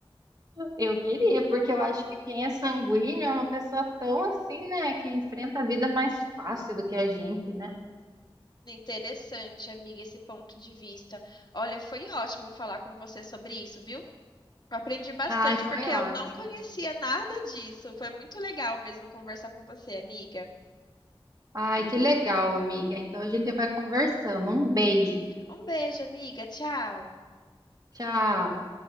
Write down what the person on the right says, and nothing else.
Eu queria, porque eu acho que quem é sanguíneo é uma pessoa tão assim, né, que enfrenta a vida mais fácil do que a gente, né?
Ai, foi
ótimo.
Ai, que legal, amiga. Então a gente vai conversando. Um beijo.
Tchau.